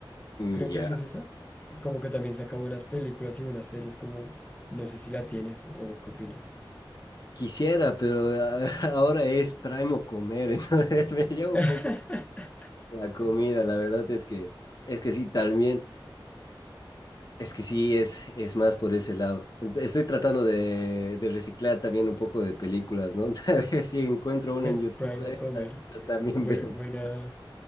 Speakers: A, on the left; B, on the left.
A: mm,
B: creo
A: ya.
B: que sí es esa, como que también saca buenas películas y buenas series, como no sé si la tienes o qué opinas.
A: Quisiera, pero a- <laughs> ahora es primo comer, <laughs> entonces me llevo
B: <laughs>
A: un poco la comida, la verdad es que, es que sí, también, es que sí, es, es más por ese lado. Ent- Estoy tratando de, de reciclar también un poco de películas, ¿no? <laughs> si encuentro una
B: Es
A: en YouTube,
B: Prime
A: <laughs> eh,
B: o Comer.
A: ta- ta- también
B: Bu-
A: veo.
B: Buena,
A: <laughs>